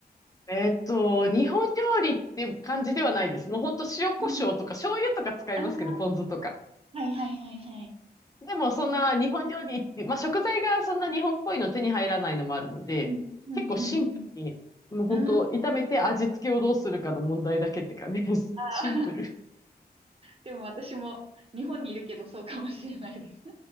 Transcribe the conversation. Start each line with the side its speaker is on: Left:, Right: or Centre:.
Left: えっと、日本料理って感じではないです。もうほんと塩コショウとか醤油とか使いますけど、
Right: うん。ああ、
Left: ポン酢とか。
Right: はいはいはいはい。
Left: でもそんな日本料理って、
Right: うん、
Left: まあ食材がそんな日本っぽいの手に入らないのもあるので、
Right: うん、うん、
Left: 結構シンプルに、
Right: うん。
Left: もうほんと炒めて味付けをどうするかの問題だけって感じです。
Right: うん <laughs>
Left: <laughs> シンプル。
Right: でも私も日本にいるけどそうかもしれないです。